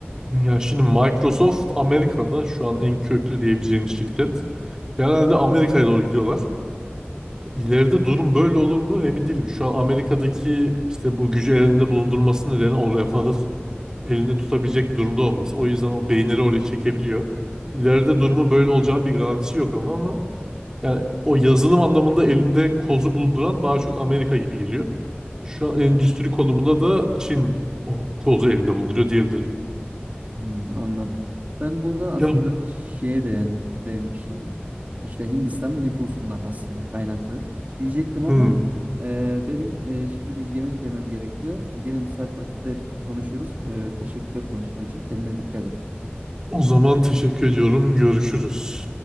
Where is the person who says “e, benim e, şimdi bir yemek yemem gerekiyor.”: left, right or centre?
Right